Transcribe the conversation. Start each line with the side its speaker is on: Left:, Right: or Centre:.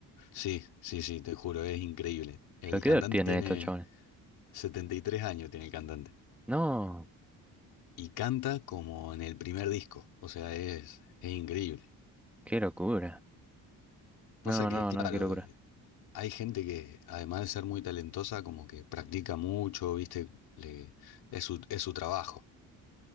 Left: Sí, sí, sí, te juro, es increíble. El
Centre: ¿Pero qué
Left: cantante
Centre: edad tienen
Left: tiene
Centre: estos chavales?
Left: 73 años, tiene el cantante.
Centre: No,
Left: Y canta como en el primer disco, o sea, es, es increíble.
Centre: qué locura.
Left: Pasa
Centre: No,
Left: que,
Centre: no,
Left: claro,
Centre: no, qué locura.
Left: hay gente que, además de ser muy talentosa, como que practica mucho, ¿viste? Le, es su, es su trabajo.